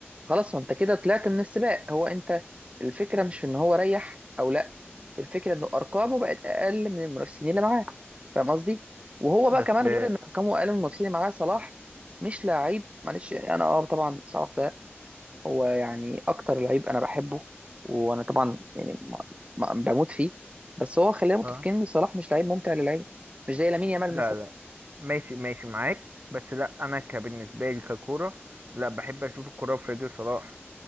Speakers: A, on the right (about 30°); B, on the right (about 45°).
A: خلاص ما أنت كده طلعت من السباق هو أنت الفكرة مش في إن هو ريح أو لأ الفكرة إنه أرقامه بقت أقل من المنافسين اللي معاه فاهم قصدي؟ وهو
B: بس
A: بقى كمان
B: آه،
A: غير إن أرقامه أقل من المنافسين اللي معاه صلاح مش لعيب معلش يعني أنا أه طبعا صلاح هو يعني اكتر لعيب انا بحبه وانا طبعا يعني ما- ما- بموت فيه بس هو خلينا متفقين
B: اه
A: ان صلاح مش لعيب ممتع للعين مش زي لامين يامال
B: لا
A: مثلا
B: لا ماشي ماشي معاك بس لا انا كبالنسبة لي ككورة لا بحب اشوف الكورة في رجل صلاح